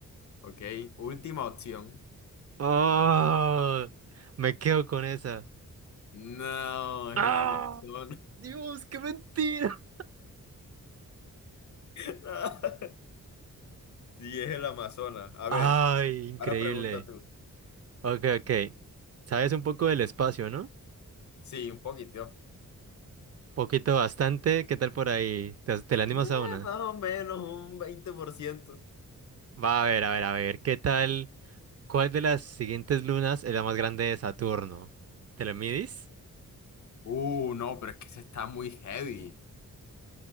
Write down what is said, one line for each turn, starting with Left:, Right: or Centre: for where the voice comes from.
Left: Ok, última opción.
Right: Oh, me quedo con esa.
Left: No, es
Right: ¡Ah!
Left: el Amazonas.
Right: Dios, qué mentira.
Left: <laughs> Sí, es el Amazonas. A
Right: Ay,
Left: ver,
Right: increíble.
Left: ahora pregunta tú.
Right: Ok, ok. Sabes un poco del espacio, ¿no?
Left: Sí, un poquito.
Right: Poquito, bastante. ¿Qué tal por ahí? ¿Te, te la
Left: Mm,
Right: animas a una?
Left: Más o menos un 20%.
Right: Va a ver, a ver, a ver. ¿Qué tal? ¿Cuál de las siguientes lunas es la más grande de Saturno? ¿Te lo midis?
Left: Uh, no, pero es que se está muy heavy.